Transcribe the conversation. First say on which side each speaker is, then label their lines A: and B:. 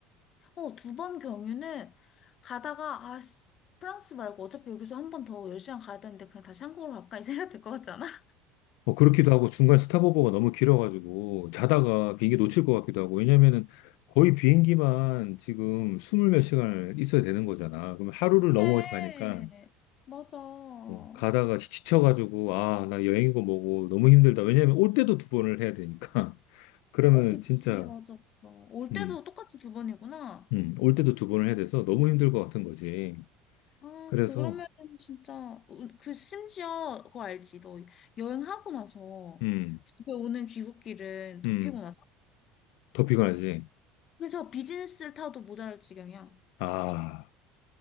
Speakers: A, on the left; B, on the left.
A: 어, 두 번 경유는 가다가, 아, 씨, 프랑스 말고 어차피 여기서 한 번 더 10시간 가야 되는데 그냥 다시 한국으로 갈까? 이 <laughs> 생각 들 것 같지 않아? <laughs>
B: 뭐 그렇기도 하고 중간 스탑오버가 너무 길어가지고 자다가 비행기 놓칠 것 같기도 하고 왜냐면은 거의 비행기만 지금 스물 몇 시간을 있어야 되는 거잖아. 그럼 하루를
A: 그래.
B: 넘어가니까 가
A: 맞아. 어,
B: 어, 가다가 지- 지쳐가지고 아, 나 여행이고 뭐고 너무 힘들다. 왜냐면 올 때도 두 번을 해야 되니까. <laughs> 그러면
A: 그치.
B: 진짜
A: 맞아. 맞아. 올
B: 음,
A: 때도 똑같이 두 번이구나.
B: 음, 올 때도 두 번을 해야 돼서 너무 힘들 것 같은 거지.
A: 아,
B: 그래서
A: 그러면 진짜, 어, 그, 심지어, 그거 알지? 너 여행하고 나서
B: 음,
A: 집에 오는 귀국길은 더
B: 음,
A: 피곤하다.
B: 더 피곤하지.
A: 그래서 비즈니스를 타도 모자랄 지경이야.
B: 아,